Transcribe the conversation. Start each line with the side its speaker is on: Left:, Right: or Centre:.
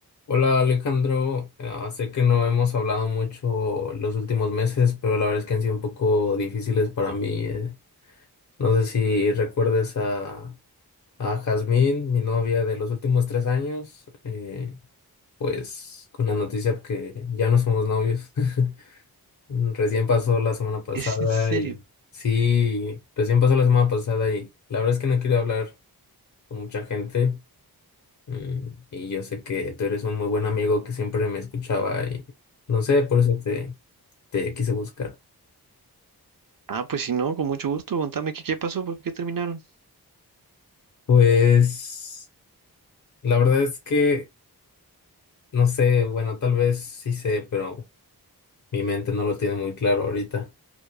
Left: Hola Alejandro, Ah, sé que no hemos hablado mucho los últimos meses, pero la verdad es que han sido un poco difíciles para mí. eh. No sé si recuerdes a, a Jazmín, mi novia de los últimos tres años, eh, pues con la noticia que ya no somos novios. <laughs> Recién pasó la semana pasada
Right: ¿Es en serio?
Left: y sí, recién pasó la semana pasada y la verdad es que no quiero hablar con mucha gente Mm, y yo sé que tú eres un muy buen amigo que siempre me escuchaba y no sé, por eso te, te quise buscar.
Right: Ah, pues si no, con mucho gusto, contame qué, qué pasó, por qué terminaron.
Left: Pues la verdad es que no sé, bueno, tal vez sí sé, pero mi mente no lo tiene muy claro ahorita.